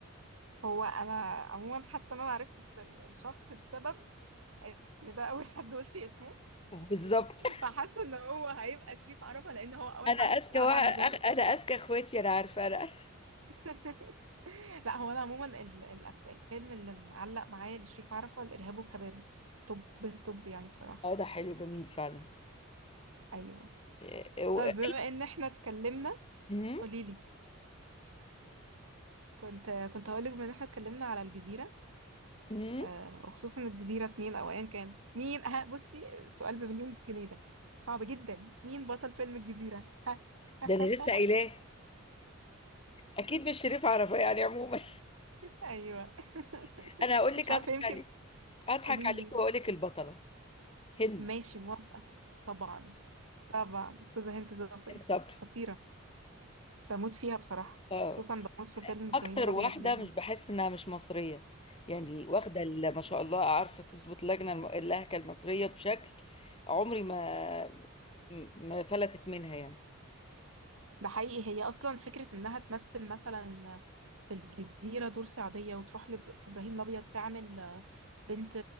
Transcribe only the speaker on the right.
هو أنا عموما حاسة إن أنا عرفت الس- الشخص بسبب إن ده أول حد قلتي اسمه
فحاسه ان هو هيبقى شريف عرفة لان هو اول
حد
اول
حد ظهر
<laughs> لا هو انا عموما ال- الأف- الفيلم اللي معلق معايا لشريف عرفة الارهاب والكباب طب الطب يعني بصراحه
ايوه
طيب بما ان احنا اتكلمنا
قولي لي كنت كنت هقول لك بما ان احنا اتكلمنا على الجزيره
آه وخصوصا الجزيره اتنين او ايا كان مين ها بصي السؤال بمليون جنيه ده صعب جدا مين بطل فيلم الجزيره ها <laughs>
ايوه
<laughs>
مش عارفه
يمكن
قولي
لي
ماشي موافقة طبعا طبعا أستاذة هند صبري
خطيرة بموت فيها بصراحة
خصوصا بموت في فيلم إبراهيم
الأبيض
ليها
ده حقيقي هي أصلا فكرة إنها تمثل مثلا في الجزيرة دور صعيدية وتروح لب... في إبراهيم الأبيض تعمل آه، بنت